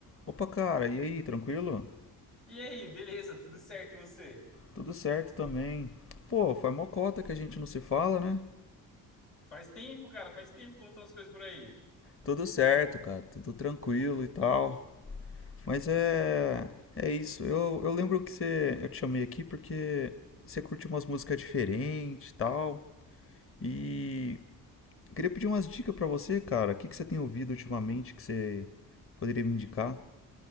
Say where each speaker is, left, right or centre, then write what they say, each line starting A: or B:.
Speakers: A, on the left (about 30°); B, on the left (about 85°).
A: Opa, cara, e aí, tranquilo?
B: E aí, beleza? Tudo certo e você?
A: Tudo certo também. Pô, faz mó cota que a gente não se fala, né?
B: Faz tempo, cara, faz tempo que contam as coisas por aí.
A: Tudo certo, cara, tudo tranquilo e tal. Mas é. É isso. Eu, eu lembro que você. Eu te chamei aqui porque você curte umas músicas diferentes e tal. E. eu Queria pedir umas dicas pra você, cara. O que que você tem ouvido ultimamente que você poderia me indicar?